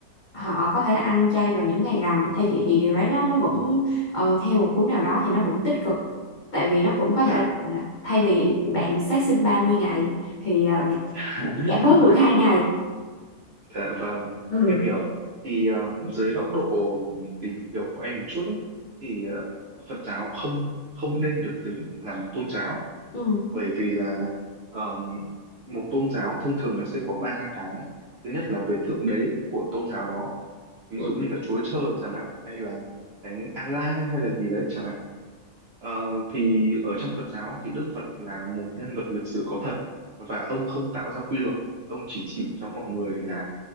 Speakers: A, on the left (about 80°); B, on the right (about 70°).
A: họ có thể là ăn chay vào những ngày rằm theo chị thì điều ấy nó nó vẫn ờ, theo một hướng nào đó thì nó vẫn tích cực tại vì nó cũng có
B: dạ
A: thể là thay vì bạn sát sinh 30 ngày thì ờ,
B: <laughs>
A: bạn giảm bớt được hai ngày
B: Dạ vâng,
A: ừ
B: em hiểu. Thì um, dưới góc độ tìm hiểu của em một chút ấy, thì ờ, Phật giáo không không nên được tính là một tôn giáo,
A: ừ
B: bởi vì là um, một tôn giáo thông thường nó sẽ có ba cái. Thứ nhất là về thượng đế của tôn giáo đó, ví
A: ừ
B: dụ như là chúa trời chẳng hạn hay là thánh Allah hay là gì đấy chẳng hạn Ờ, thì ở trong Phật giáo thì Đức Phật là một nhân vật lịch sử có thật và ông không tạo ra quy luật ông chỉ chỉ cho mọi người là